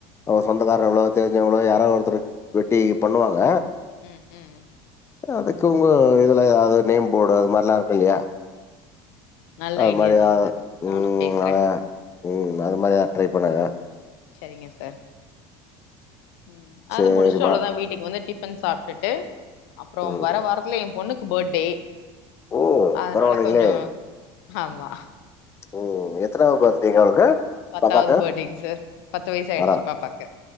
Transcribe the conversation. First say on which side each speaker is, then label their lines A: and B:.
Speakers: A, on the left (about 20°); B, on the left (about 75°).
A: அவுங்க சொந்தக்காரவுங்களோ தெரிஞ்சுவங்ளோ யாராவது ஒருத்தருக் வெட்டி பண்ணுவாங்க
B: ம் ம்
A: அதுக்கு உங்க இதுலயாது நேம் ஃபோடு அது மாரில்லா இருக்கு இல்லையா
B: நல்ல
A: அது
B: ஐடியா
A: மாரி எதாவது
B: தா சார் நானு
A: ம்
B: பேசுறே
A: ஆ ம் அது மாரி எதாது ட்ரை பண்ணுங்க
B: செரிங்க சார் ம்
A: சேரிம்மா
B: அத முடுச்ட்டு அவ்ளோ தா வீட்டுக்கு வந்து டிஃபன் சாப்ட்டுட்டு அப்றோம்
A: ம்
B: வர வாரத்துல ஏ பொண்ணுக் க்கு ஃபேர்டே
A: ஓ
B: அதுனால
A: பரவாயில்லைங்களே
B: கொஞ்சோ ஆமா
A: ஓ ஓ எத் எத்னாவது பர்த்டேங்க
B: அதா
A: அவளுக்கு
B: பத்தாவது
A: பாப்பாக்கு
B: பர்த்டேங் சார் பத்து வயசு ஆயிடுச்சு
A: வரா
B: பாப்பாக்கு